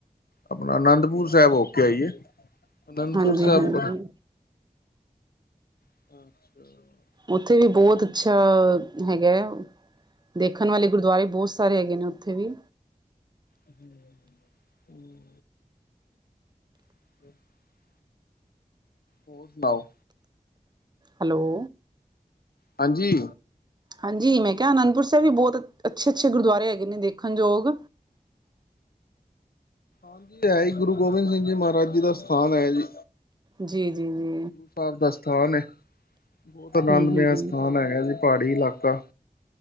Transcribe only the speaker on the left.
ਆਪਣਾ ਅਨੰਦਪੁਰ ਸਾਹਿਬ ਹੋਕੇ ਆਈਏ। ਅਨੰਦਪੁਰ
ਸਾਹਿਬ।
ਅੱਛਾ।
ਹਮ, ਹਮ। <inaudible> ਹੋਰ ਸੁਣਾਓ?
ਹਾਂਜੀ।
ਹਾਂਜੀ ਹੈਈ ਗੁਰੂ ਗੋਬਿੰਦ ਸਿੰਘ ਜੀ ਮਹਾਰਾਜ ਜੀ ਦਾ ਸਥਾਨ ਹੈ ਜੀ।
ਗੁਰ ਸਾਹਿਬ ਦਾ ਸਥਾਨ ਹੈ ਬਹੁਤ ਆਨੰਦਮਯ
ਸਥਾਨ ਹੈ ਜੀ ਪਹਾੜੀ ਇਲਾਕਾ।